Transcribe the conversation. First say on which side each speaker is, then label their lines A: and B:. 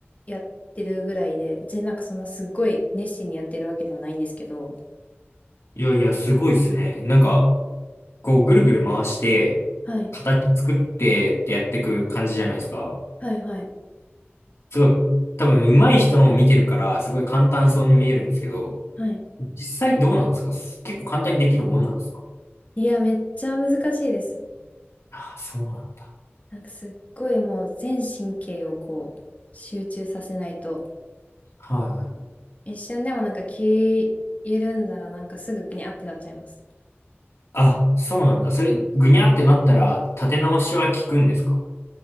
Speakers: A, on the left; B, on the left.
A: やってるぐらいで別になんかそんなすっごい熱心にやってるわけではないんですけど。
B: いやいや、すごいですね。なんか、こう、ぐるぐる回して、
A: はい。
B: 形作ってってやっていく感じじゃないですか。
A: はいはい
B: すごい、多分、上手い人のを見てるから、すごい簡単そうに見えるんですけど、
A: はい。
B: 実際どうなんですか結構簡単にできるもんなんですか
A: いや、めっちゃ難しいです。
B: ああそうなんだ。
A: なんかすっごいもう全神経をこう集中させないと
B: はいはい
A: 一瞬でもなんか気緩んだらなんかすぐギャーってなっちゃいます。
B: あ、そうなんだ。それ、ぐにゃってなったら、立て直しは効くんですか